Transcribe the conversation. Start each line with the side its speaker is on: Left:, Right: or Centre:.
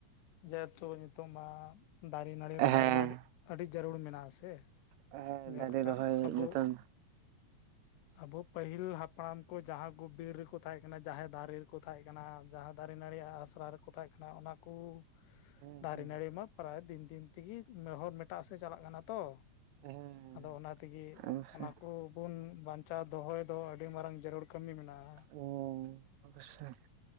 Left: ᱡᱮᱦᱮᱛᱩ ᱱᱤᱛᱚᱜ ᱢᱟ ᱫᱟᱨᱮ ᱱᱟᱹᱲᱤ
Right: ᱦᱮᱸ
Left: ᱨᱚᱦᱚᱭ ᱨᱮᱱᱟᱜ ᱟᱹᱰᱤ ᱟᱹᱰᱤ ᱡᱟᱹᱨᱩᱲ ᱢᱮᱱᱟᱜᱼᱟᱥᱮ
Right: ᱦᱮᱸ
Left: ᱡᱟᱦᱟ
Right: ᱫᱟᱨᱮ
Left: ᱞᱮᱠᱟ
Right: ᱨᱚᱦᱚᱭ
Left: ᱟᱵᱚᱩ
Right: ᱱᱤᱛᱚᱝ
Left: ᱟᱵᱚ ᱯᱟᱹᱦᱤᱞ ᱦᱟᱯᱲᱟᱢ ᱠᱚ ᱡᱟᱦᱟᱸ ᱠᱚ ᱵᱤᱨ ᱨᱮᱠᱚ ᱛᱟᱦᱮᱸᱠᱟᱱᱟ ᱡᱟᱦᱮ ᱫᱟᱨᱮ ᱠᱚ ᱛᱟᱦᱮᱸ ᱠᱟᱱᱟ ᱡᱟᱦᱟ ᱫᱟᱨᱮ ᱱᱟᱹᱲᱤ ᱟᱜ ᱟᱥᱲᱟ ᱨᱮᱠᱚ ᱛᱟᱦᱮ ᱠᱟᱱᱟ ᱚᱱᱟ ᱠᱩ
Right: ᱦᱮᱸ
Left: ᱫᱟᱨᱮ ᱱᱟᱲᱤ ᱢᱟ ᱯᱨᱟᱭ ᱫᱤᱱ ᱫᱤᱱ ᱛᱮᱜᱤ ᱢᱮᱦᱚ ᱢᱮᱴᱟ ᱥᱮᱜ ᱪᱟᱞᱟᱜ ᱠᱟᱱᱟ ᱛᱚ
Right: ᱦᱮᱸ
Left: ᱟᱫᱚ ᱚᱱᱟ ᱛᱤᱜᱤ
Right: ᱚᱵᱚᱥᱥᱳᱭ
Left: ᱚᱱᱟ ᱠᱚ ᱵᱚᱱ ᱵᱟᱧᱪᱟᱣ ᱫᱚᱦᱚᱭ ᱫᱚ ᱟᱹᱰᱤ ᱢᱟᱨᱟᱝ ᱡᱟᱹᱨᱩᱲ ᱠᱟᱹᱢᱤ ᱢᱮᱱᱟᱜᱼᱟ᱿
Right: ᱩᱸ <unintelligible>